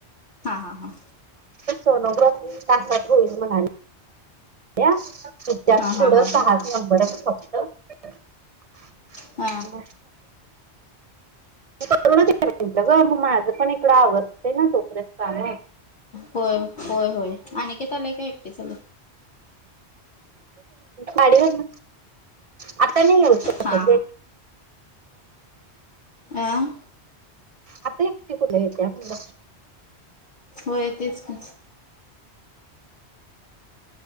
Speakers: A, on the left; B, on the right.
A: हा हा हां
B: सोनोब तासात होईल म्हणाले तच्यात
A: हां हां
B: पुढं
A: हां
B: सहाच
A: हां
B: नंबर फक्त अस आहे
A: हा
B: कर म्हटलं ग मग माझं पण इकडं आवडतं ना चोपऱ्यात काम
A: होय होय होय आणि का झालं काय एकटे झाले
B: पाडीवर आता नाही येऊ शकत
A: हा
B: अ
A: आह
B: आता एकटी कुठं येत्या म्हणलं?
A: होय तेच की